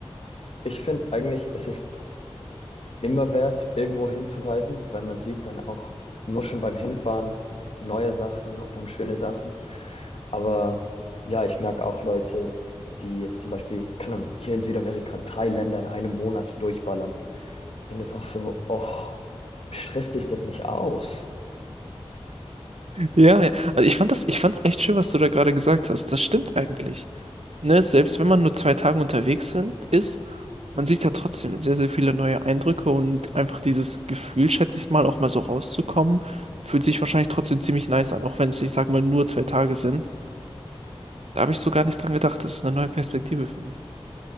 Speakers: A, on the left; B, on the right.
A: ich finde eigentlich, es ist immer wert, irgendwo hinzureisen, weil man sieht dann auch nur schon beim Hinfahren neue Sachen und schöne Sachen. Aber ja, ich merke auch Leute, die jetzt zum Beispiel, keine Ahnung, hier in Südamerika drei Länder in einem Monat durchballern. Dann ist auch so, och, stresst dich das nicht aus?
B: Ja, ja. also ich fand das, ich fand's echt schön, was du da gerade gesagt hast. Das stimmt eigentlich. Ne, selbst wenn man nur zwei Tage unterwegs sind, ist, man sieht ja trotzdem sehr, sehr viele neue Eindrücke und einfach dieses Gefühl, schätze ich mal, auch mal so rauszukommen, fühlt sich wahrscheinlich trotzdem ziemlich nice an, auch wenn es, ich sag mal, nur zwei Tage sind. Da habe ich so gar nicht dran gedacht. Das ist eine neue Perspektive für mich.